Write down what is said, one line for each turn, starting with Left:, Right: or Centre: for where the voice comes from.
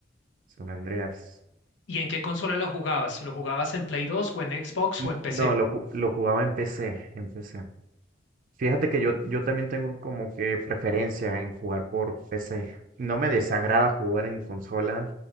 Right: San Andreas.
Left: ¿Y en qué consola lo jugabas? ¿Lo jugabas en Play 2 o en Xbox
Right: N-
Left: o en PC?
Right: No, lo, ju- lo jugaba en PC, en PC. Fíjate que yo, yo también tengo como que preferencia en jugar por PC. No me desagrada jugar en consola,